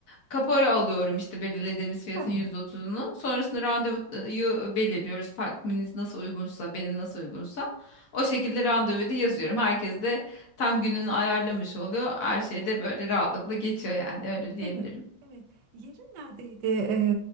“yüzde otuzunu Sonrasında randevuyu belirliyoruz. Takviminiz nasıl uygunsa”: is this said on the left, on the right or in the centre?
Left